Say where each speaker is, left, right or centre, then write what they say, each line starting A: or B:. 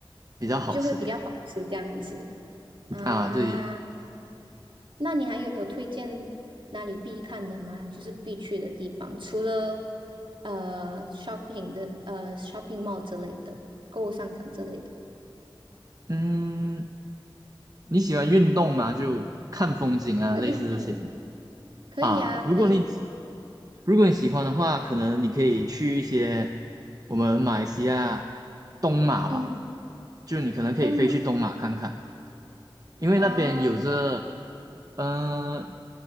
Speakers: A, on the right; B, on the right.
A: 比较好吃点
B: 就会比较好吃这样子啊。
A: 啊。对，
B: 那你还有推荐哪里必看的吗？就是必去的地方，除了呃 shopping 的呃 shopping mall 之类的购物商场之类的。
A: 嗯，你喜欢运动吗？就看风景啊，
B: 嗯嗯嗯，
A: 类似这些。
B: 可以啊，
A: 啊，
B: 可以，
A: 如果你如果你喜欢的话，可能你可以去一些我们马来西亚东马吧，
B: 嗯，
A: 就你可能可以飞去东马看看，
B: 东马，嗯，
A: 因为那边有着，
B: 哦，
A: 嗯，